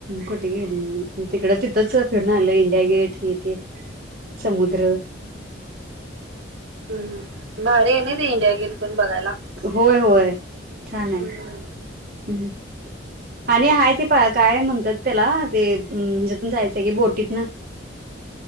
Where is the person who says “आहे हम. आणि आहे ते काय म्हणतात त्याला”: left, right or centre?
Right